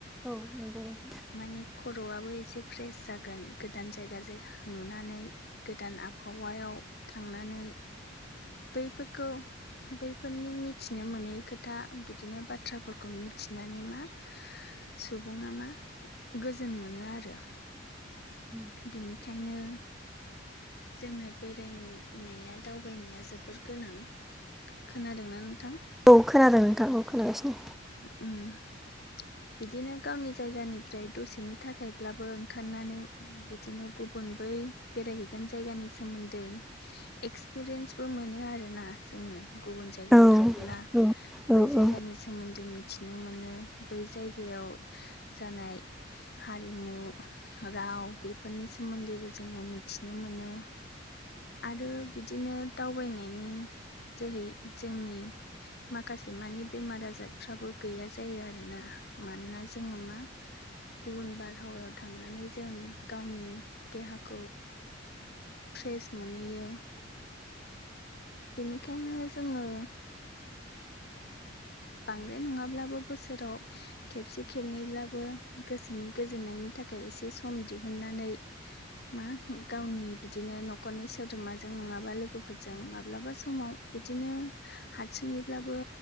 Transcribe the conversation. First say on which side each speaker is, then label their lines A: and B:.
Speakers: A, in the centre; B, on the left.
A: औ नंगौ नोंथां।
B: माने खर'आबो एसे फ्रेस जागोन गोदान जायगा जाय नुनानै। गोदान आबहावायाव थांनानै बैफोरखौ बैफोरनि मिथिनो मोनै खोथा बिदिनो बाथ्राफोरखौ मिथिनानै मा सुबुङा मा गोजोन मोनो आरो
A: <inaudible>
B: बिनिखायनो जोंनो बेरायनाया दावबायनाया जोबोर गोनां। खोनादोंना नोंथां
A: औ खोनादों नोंथां औ खोनागासिनो
B: उम। बिदिनो गावनि जायगानिफ्राय दसेनि थाखायब्लाबो ओंखारनानै बिदिनो गुबुन बै बेरायहैगोन जायगानि सोमोन्दै एक्सपिरियेन्सबो मोनो आरोना जोङो। गुबुन जायगायाव
A: औ
B: थांबोला
A: औ
B: बै
A: औ
B: जायगानि
A: औ
B: सोमोन्दै मिथिनो मोनो बै जायगायाव जानाय हारिमु राव बेफोरनि सोमोन्दैबो जोङो मिथिनो मोनो आरो बिदिनो दावबायनायनि जोहै जोंनि माखासे मानि बेमार आजार फ्राबो गैया जायो आरोना मानोना जोंङो मा गुबुन बारहावायाव थांनानै जों गावनि देहाखौ फ्रेस मोनहैयो। बेनिखायनो जोङो बांद्राय नङाब्लाबो बोसोराव खेबसे खेबनैब्लाबो गोसोनि गोजोननायनि थाखाय एसे सम दिहुननानै मा गावनि बिदिनो न'खरनि सोद्रोमाजों नङाबा लोगोफोरजों माब्लाबा समाव बिदिनो हारसिङैब्लाबो